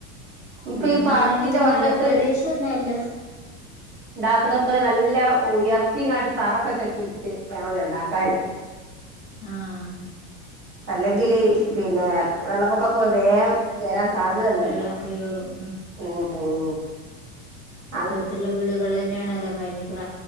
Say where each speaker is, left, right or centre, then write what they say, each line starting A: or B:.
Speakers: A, on the right (about 30°); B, on the left (about 20°).
A: ഇപ്പൊ
B: ഉയർന്നാണെങ്കിലും
A: ഈ പാടത്തിന്റെ
B: മലപ്രദേശം
A: വക്കത്ത്
B: ഒന്നും അല്ല
A: ണ്ടാക്ണോല് നല്ല ഉയർത്തിങ്ങാട്ട് തറക്കെ കേട്ടിയിട്ട് വേണോല്ലോ ഒണ്ടാക്കാൻ
B: ആഹ്
A: അല്ലെങ്കില് പിന്നെ വെള്ളപ്പൊക്കം ഒക്കെ വന്ന് വേം വെരാൻ സാധ്യതണ്ടല്ലോ
B: വെള്ളം കേറും
A: ഉം ഉം അഹ്
B: ത്തിള്ള വീടുകളെന്നേണല്ലോ കഴിഞ്ഞ പ്ര